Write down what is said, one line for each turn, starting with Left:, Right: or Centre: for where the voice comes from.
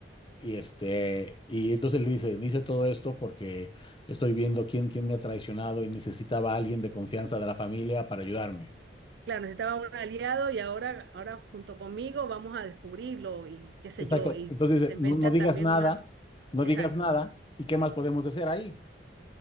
Left: Y este, y entonces le dice, hice todo esto porque estoy viendo quién, quién me ha traicionado y necesitaba a alguien de confianza de la familia para ayudarme.
Right: Claro, necesitaba un aliado y ahora, ahora junto conmigo vamos a descubrirlo y qué sé
Left: Exacto.
Right: yo, y,
Left: Entonces
Right: y
Left: dice,
Right: se inventan
Left: no, no digas
Right: también
Left: nada,
Right: más.
Left: no
Right: Exacto.
Left: digas nada, ¿y qué más podemos hacer ahí?